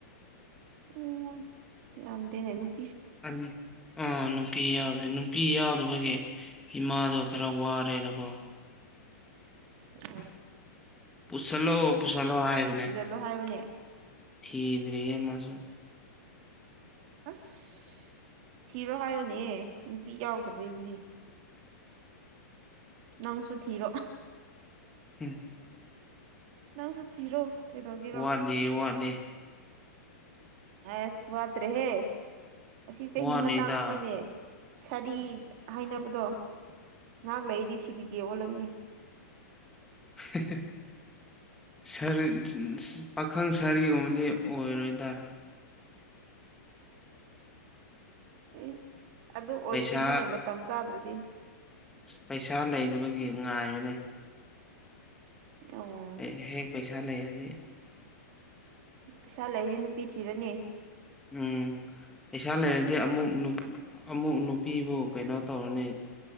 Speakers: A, on the right; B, in the centre.
A: ꯎꯝ ꯌꯥꯝꯗꯦꯅꯦ ꯅꯨꯞ
B: ꯑꯅꯤ ꯑꯥ ꯅꯨꯄꯤ ꯌꯥꯎꯗ꯭ꯔꯦ ꯅꯨꯄꯤ ꯌꯥꯎꯗꯕꯒꯤ ꯏꯃꯥꯗꯣ ꯈꯔ ꯋꯥꯔꯦꯗꯀꯣ
A: ꯑꯣ
B: ꯄꯨꯁꯜꯂꯑꯣ ꯄꯨꯁꯜꯂꯣ ꯍꯥꯢꯕꯅꯦ
A: ꯊꯤꯖꯤꯜꯂꯣ ꯍꯥꯏꯌꯣꯅꯦ
B: ꯊꯤꯗ꯭ꯔꯤꯌꯦ ꯃꯥꯁꯨ
A: ꯑꯁ ꯊꯤꯔꯣ ꯍꯥꯢꯌꯣꯅꯦ ꯅꯨꯄꯤ ꯌꯥꯎꯗꯕꯩꯗꯨꯗꯤ ꯅꯪꯁꯨ ꯊꯤꯔꯣ
B: ꯎꯝ
A: ꯅꯪꯁꯨ ꯊꯤꯔꯣ ꯀꯩꯗꯧꯒꯤꯔꯣ
B: ꯋꯥꯠꯂꯤ ꯋꯥꯠꯂꯤ
A: ꯑꯁ ꯋꯥꯇ꯭ꯔꯦꯍꯦ ꯑꯁꯤ ꯆꯍꯤ
B: ꯋꯥꯠꯂꯤꯗ
A: ꯃꯇꯥꯡꯁꯤꯅꯤꯅꯦ ꯁꯥꯔꯤ ꯍꯥꯢꯅꯕꯗꯣ ꯉꯍꯥꯛ ꯂꯩꯒꯤ ꯁꯤꯕꯤꯒꯦ ꯑꯣꯜꯂꯅꯤ
B: ꯍꯦꯍꯦ ꯁꯥꯔ ꯄꯥꯈꯪ ꯁꯥꯔꯤꯒꯨꯝꯕꯗꯤ ꯑꯣꯢꯔꯣꯢꯗ
A: ꯏꯁ ꯑꯗꯨ ꯑꯣꯏꯈꯤꯅꯤꯅꯦ
B: ꯄꯩꯁꯥ
A: ꯃꯇꯝ ꯆꯥꯗ꯭ꯔꯗꯤ
B: ꯄꯩꯁꯥ ꯂꯩꯇꯕꯒꯤ ꯉꯥꯏꯔꯦꯅꯦ
A: ꯎꯝ
B: ꯍꯦꯛ ꯍꯦꯛ ꯄꯩꯁꯥ ꯂꯩꯔꯒꯦ
A: ꯄꯩꯁꯥ ꯂꯩꯗꯤ ꯅꯨꯄꯤ ꯊꯤꯔꯅꯤ꯫
B: ꯎꯝ ꯄꯩꯁꯥ ꯂꯩꯔꯗꯤ ꯑꯃꯨꯛ ꯅꯨ ꯑꯃꯨꯛ ꯅꯨꯄꯤꯕꯨ ꯀꯩꯅꯣ ꯇꯧꯔꯅꯤ